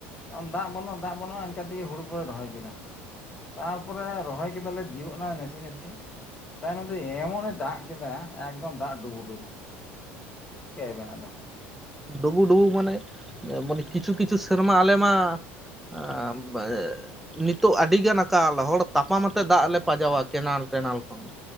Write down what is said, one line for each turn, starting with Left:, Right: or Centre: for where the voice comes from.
Left: ᱚᱱ ᱫᱟᱜ ᱵᱟᱹᱱᱩᱜᱼᱟ, ᱫᱟᱜ ᱵᱟᱹᱱᱩᱜᱼᱟ ᱤᱱᱠᱟ ᱛᱮᱜᱮ ᱦᱲᱩ ᱠᱚᱞᱮ ᱨᱚᱦᱚᱭ ᱠᱮᱫᱟ ᱾ ᱛᱟᱨᱯᱚᱨᱮ ᱨᱚᱦᱚᱭ ᱠᱮᱫᱟᱞᱮ ᱥᱤᱭᱚᱜ ᱮᱱᱟ ᱱᱟᱥᱮ ᱱᱟᱥᱮ ᱛᱟᱭᱱᱚᱢ ᱛᱮ ᱮᱢᱚᱱᱮ ᱫᱟᱜ ᱠᱮᱫᱟ ᱮᱠᱫᱚᱢ ᱫᱟᱜ ᱰᱩᱵᱩᱼᱰᱩᱵᱩ ᱾ ᱪᱮᱠᱟᱹ ᱟᱵᱮᱱ ᱟᱫᱚ ᱾
Centre: ᱰᱩᱵᱩᱼᱰᱩᱵᱩ ᱢᱟᱱᱮ ᱢᱟᱱᱮ ᱠᱤᱪᱷᱩ ᱠᱤᱪᱷᱩ ᱥᱮᱨᱢᱟ ᱟᱞᱮ ᱢᱟ <unintelligible> ᱱᱤᱛᱚᱜ ᱟᱹᱰᱤᱜᱟᱱ ᱟᱠᱟᱞ ᱦᱚᱲ ᱛᱟᱯᱟᱢ ᱟᱛᱮ ᱫᱟᱜ ᱞᱮ ᱯᱟᱡᱟᱣᱟ ᱠᱮᱱᱮᱞ ᱴᱮᱱᱮᱞ ᱠᱷᱚᱱ